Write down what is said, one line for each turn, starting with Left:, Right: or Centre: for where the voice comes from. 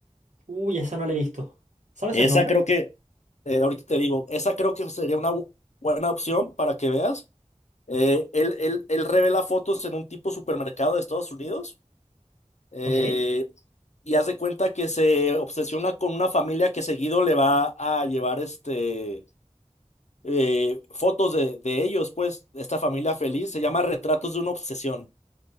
Right: Uy, esa no la he visto. ¿Sabes
Left: Esa
Right: el nombre?
Left: creo que Eh, ahorita te digo, esa creo que sería una bu- buena opción para que veas. Eh, él, él- él revela fotos en un tipo supermercado de Estados Unidos eh,
Right: Ok.
Left: y haz de cuenta que se obsesiona con una familia que seguido le va a llevar este, eh, fotos de, de ellos, pues, esta familia feliz. Se llama Retratos de una obsesión.